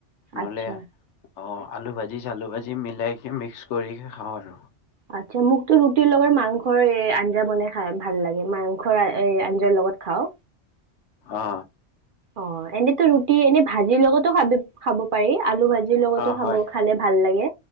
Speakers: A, on the left; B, on the right.
A: নহ'লে
B: আচ্ছা।
A: অ', আলু ভাজি চালু ভাজি মিলাইকে মিক্স কৰি খাওঁ আৰু।
B: আচ্ছা মোকতো ৰুটিৰ লগত মাংসৰ আঞ্জা বনে খায় ভাল লাগে মাংস <unintelligible> আঞ্জৰ লগত খাওঁ।
A: অ
B: অঁ এনে ৰুটি এনে ভাজিৰ লগতো খাবি খাব পাৰি আলু ভাজি লগতো
A: অ হয়
B: খালে ভাল লাগে